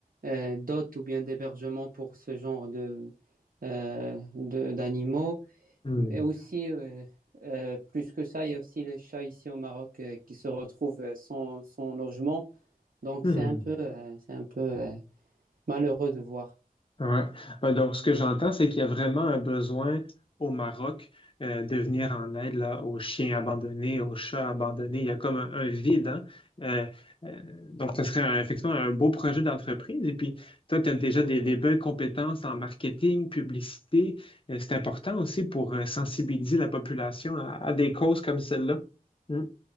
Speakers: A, on the right; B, on the left.
A: euh, d'hôtes ou bien d'hébergement pour ce genre de, euh, de- d'animaux.
B: hmm,
A: Et aussi, euh, euh, plus que ça, il y a aussi les chats ici au Maroc euh, qui se retrouvent euh, sans, sans logement. Donc,
B: hmm.
A: c'est un peu, euh, c'est un peu, euh, Malheureux de voir.
B: Ouais. Euh, Donc, ce que j'entends, c'est qu'il y a vraiment un besoin au Maroc euh, de venir en aide là, aux chiens abandonnés, aux chats abandonnés. Il y a comme un, un vide, hein? Euh, euh, donc, ce serait un- effectivement un beau projet d'entreprise. Et puis, toi, tu as déjà des, des belles compétences en marketing, publicité. Euh, c'est important aussi pour euh, sensibiliser la population à, à des causes comme celle-là. Hmm.